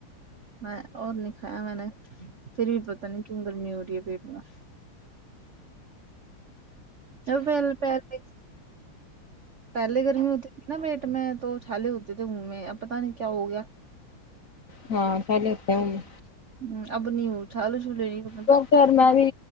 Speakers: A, on the right (about 60°); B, on the left (about 50°).
A: میں اور نہی کھایا میں نہی پھر بھی پتہ نہیں کیوں گرمی ہورہی ہے پیٹ میں اب پہلے پہلے پہلے گرمی ہوتی نہ بیٹ میں تو چھالے ہوتے تھے منہ میں اب پتا نہیں کیا ہو گیا
B: ہاں پہلے ہوتے ہونگے
A: ہوں اب نہی وہ چھالے چو لے نہیں ہے
B: ڈاکٹر میں بھی